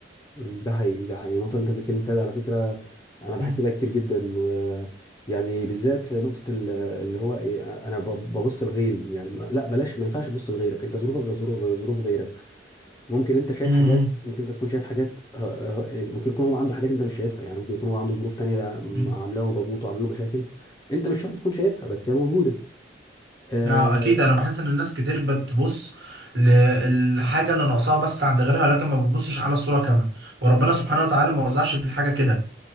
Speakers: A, on the left (about 20°); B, on the right (about 60°).
A: مم، ده حقيقي ده حقيقي النقطة اللي أنت بتتكلم فيها دي على فكرة أنا بحس
B: مم.
A: بيها كتير جدا و يعني بالذات نقطة ال- اللي هو إيه أنا ب- ببص لغيري يعني ما- لا بلاش ما ينفعش تبص لغيرك أنت ظروفك غير ظروف غير ظروف غيرك ممكن أنت شايف
B: مم.
A: حاجات ممكن أنت تكون شايف حاجات آه، آه، آه، ممكن يكون هو عنده حاجات أنت مش شايفها يعني ممكن يكون هو عنده ظروف تانية م-
B: مم.
A: عاملة له ضغوط وعاملة له مشاكل أنت مش شرط تكون شايفها بس هي موجودة آه،
B: اه اكيد انا بحس ان الناس كتير بتبص للحاجه اللي ناقصاها بس عند غيرها لكن ما بتبصش على الصوره كامله وربنا سبحانه وتعالى ما وزعش الحاجه كده